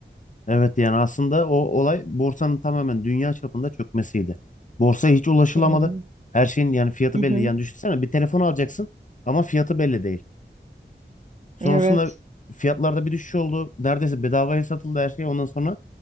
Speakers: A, on the left; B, on the right.
A: Evet yani aslında o olay borsanın tamamen dünya çapında çökmesiydi. Borsaya hiç ulaşılamadı.
B: Hı hı.
A: Her şeyin yani fiyatı
B: Hı hı.
A: belli. Yani düşünsene bir telefon alacaksın ama fiyatı belli değil. Sonrasında
B: Evet.
A: fiyatlarda bir düşüş oldu. Neredeyse bedavaya satıldı her şey. Ondan sonra